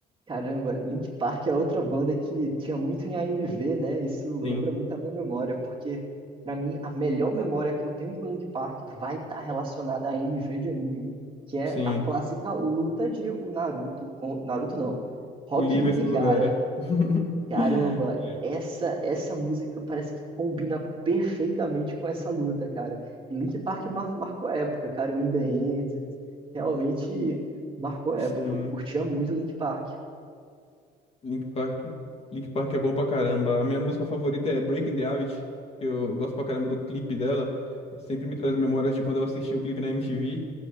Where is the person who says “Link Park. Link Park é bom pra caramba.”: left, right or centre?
Left